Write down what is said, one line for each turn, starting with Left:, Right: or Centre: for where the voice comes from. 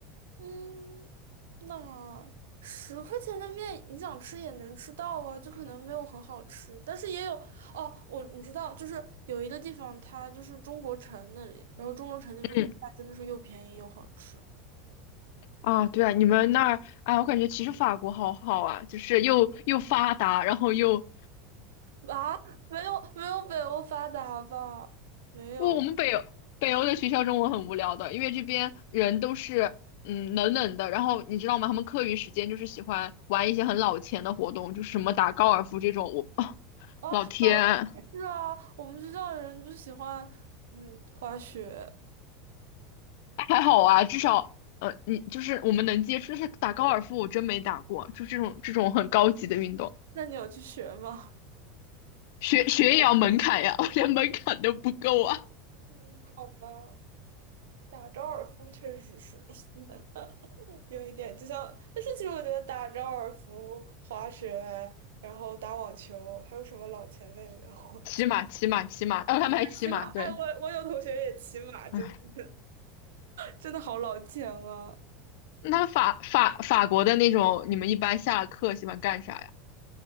Right: 嗯，那十块钱的面，你想吃也能吃到啊，就可能没有很好吃，但是也有哦。我你知道，就是有一个地方，它就是中国城那里，然后中国城那边的菜真的是又便宜又好吃。
Left: 嗯啊，对啊，你们那儿，哎，我感觉其实法国好好啊，就是又又发达，然后又
Right: 啊，没有没有北欧发达吧？没有
Left: 不，我们北欧北欧的学校中文很无聊的，因为这边人都是嗯冷冷的，然后你知道吗？他们课余时间就是喜欢玩一些很老钱的活动，就是什么打高尔夫这种。我、<laughs> 啊
Right: 啊，
Left: 老天，
Right: 法国也是啊，我们学校的人就喜欢嗯滑雪，
Left: 还好啊，至少呃你就是我们能接触，但是打高尔夫我真没打过，就这种这种很高级的运动，
Right: 那你有去学吗？
Left: 学学也要门槛呀，<laughs> 我连门槛都不够啊。
Right: 嗯，好吧，打高尔夫确实是 <laughs> 有一点，就像，但是其实我觉得打高尔夫、滑雪，然后打网球，还有什么老钱类的，<laughs>
Left: 骑马，骑马，骑马，然后他们还骑马，
Right: 骑马，
Left: 对，
Right: 哎，我我有同学也骑马，真的
Left: 唉，
Right: 真的好老钱啊。
Left: 那法法法国的那种，你们一般下了课喜欢干啥呀？